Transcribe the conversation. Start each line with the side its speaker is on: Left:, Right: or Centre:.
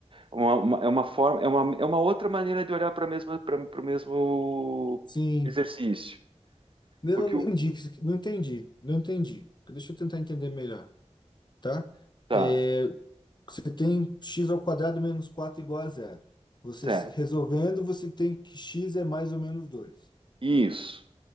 Right: Uma- uma- é uma forma, é uma, é uma outra maneira de olhar para mesma, para o mesmo
Left: Sim.
Right: exercício.
Left: Eu
Right: Porque
Left: não, não
Right: o.
Left: entendi, não entendi, não entendi. Deixa eu tentar entender melhor, tá?
Right: Tá,
Left: É, Você tem x ao quadrado menos 4 igual a zero. Você
Right: certo.
Left: s- resolvendo, você tem que x é mais ou menos 2.
Right: Isso.